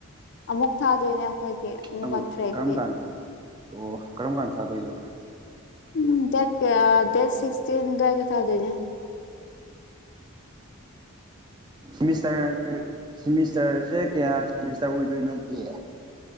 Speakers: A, on the left; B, on the right.
A: ꯑꯃꯨꯛ ꯊꯥꯗꯣꯏꯅꯦ ꯑꯩꯈꯣꯏꯒꯤ ꯑꯃꯨꯛꯀ
B: ꯑꯃ
A: ꯊ꯭ꯔꯦꯠꯀꯤ
B: ꯀꯔꯝ ꯀꯥꯟ ꯑꯣ ꯀꯔꯝ ꯀꯥꯟ ꯊꯥꯗꯣꯏꯕ
A: ꯎꯝ ꯗꯦꯠ ꯀ ꯗꯦꯠ ꯁꯤꯛꯁꯇꯤꯟꯗ ꯊꯥꯗꯣꯏꯅꯦ <inaudible>
B: ꯃꯤꯁꯇꯔ ꯁꯤꯦꯃꯤꯁꯇꯔꯁꯦ ꯀꯌꯥ ꯁꯤꯦꯃꯤꯁꯇꯔ ꯑꯣꯏꯗꯣꯏꯅꯣ ꯅꯒ ꯒꯤ